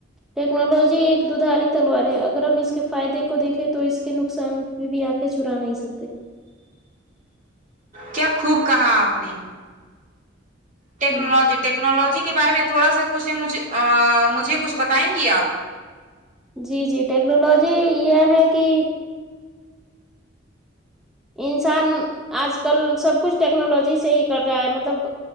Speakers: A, in the centre; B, on the right.
A: ٹیکنالوجی ایک ددھاری تلوار ہے اگر ہم اس کے فائدے کو دیکھے تو اس کے نقصان بھی آنکھیں چرا نہیں سکتے
B: کیا خوب کہاں آپ نے ٹیکنالوجی
A: ہ
B: ٹیکنالوجی کے بارے میں تھوڑا سا کچھ مجھ مجھے کچھ بتائیں گی آپ
A: جی جی ٹیکنالوجی یہ ہے کہ انسان آج کل سب کچھ ٹیکنالوجی سے ہی کر رہا ہے مطلب